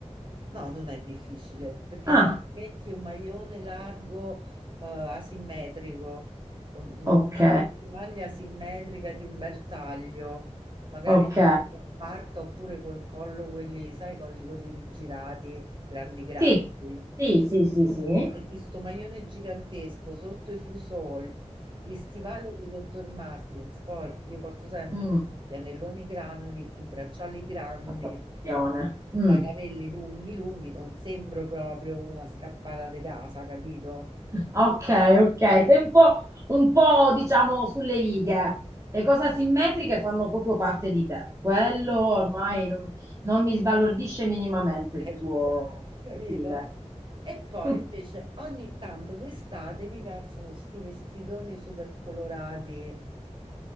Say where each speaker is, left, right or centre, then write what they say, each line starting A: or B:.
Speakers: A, on the right; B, on the right.
A: No, non è difficile, perché
B: Ah,
A: se ti metti un maglione largo, eh, asimmetrico, un- mm,
B: ok,
A: una maglia asimmetrica di un bel taglio, magari
B: ok.
A: con la parca oppure col collo, quelli, sai, colli quelli rigirati, grandi grandi.
B: Sì, sì, sì, sì, sì.
A: Metti sto maglione gigantesco sotto i fusoli, gli stivali di Dr. Martens, poi io porto sempre
B: Mm,
A: gli anelloni grandi, i bracciali grandi,
B: la tua passione. Mm.
A: cioè i capelli lunghi lunghi, non sembro proprio una scappata di casa, capito?
B: Ok, ok,
A: <laughs>
B: sei un po', un po', diciamo sulle righe. Le cose asimmetriche fanno proprio parte di te. Quello ormai non, non mi sbalordisce minimamente
A: Eh,
B: il
A: Ecco,
B: tuo
A: capito?
B: stile.
A: E poi
B: <laughs>
A: invece ogni tanto d'estate mi piacciono sti vestitoni super colorati,